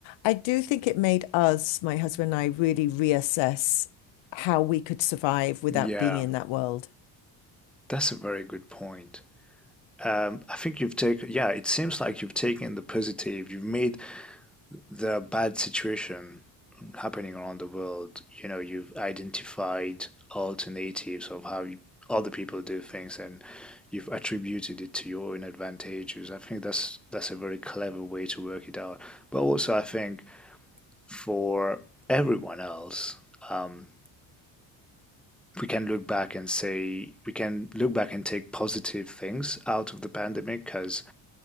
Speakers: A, on the left (about 75°); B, in the centre.
A: I do think it made us, my husband and I, really reassess how we could survive without
B: yeah,
A: being in that world.
B: that's a very good point. Um, I think you've taken, yeah, it seems like you've taken the positive, you've made the bad situation happening around the world, you know, you've identified alternatives of how you, other people do things and you've attributed it to your own advantages. I think that's that's a very clever way to work it out. But also I think for everyone else, um, we can look back and say we can look back and take positive things out of the pandemic because